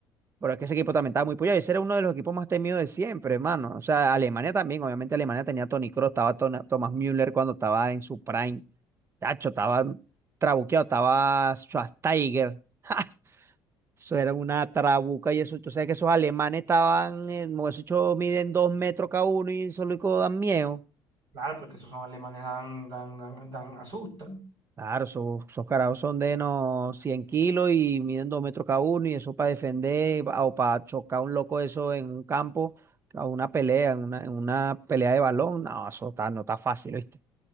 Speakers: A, on the right; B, on the right.
A: Pero es que ese equipo también estaba muy puyado. Ese era uno de los equipos más temidos de siempre, hermano. O sea, Alemania también. Obviamente Alemania tenía a Toni Kroos, estaba Tona- Thomas Müller cuando estaba en su prime. Tacho, estaba trabuqueado, estaba Schweinsteiger. <laughs> Eso era una trabuca y eso. Tú sabes que esos alemanes estaban, eh, esos chos miden dos metros cada uno y solo y dan miedo.
B: Claro, porque esos son alemanes, dan, dan, dan, dan- asustan.
A: Claro, esos, esos carajos son de no 100 kilos y miden 2 metros cada uno y eso para defender pa- o para chocar un loco eso en un campo, a una pelea, en una, en una pelea de balón, no, eso está, no está fácil, ¿viste?